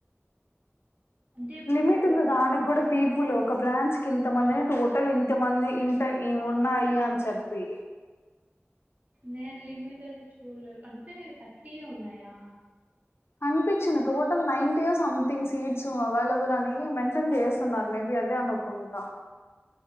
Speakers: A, on the right (about 35°); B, on the left (about 60°).
A: అంటే ఇప్పుడు
B: లిమిట్ ఉంది దానికి కూడ పీపుల్ ఒక బ్రాంచ్ కి ఇంతమంది అ టోటల్ ఇంత మంది. ఇంత ఇవున్నాయి అని చెప్పి.
A: నేను లిమిట్ అది చూడలేదు. అంటే, థర్టీయే ఉన్నాయా?
B: కనిపిచ్చింది. టోటల్ నైన్టీయో సమ్థింగ్ సీట్స్ అవైలబుల్ అని మెన్షన్ చేసున్నారు. మేబీ అది అదే అనుకుంటా.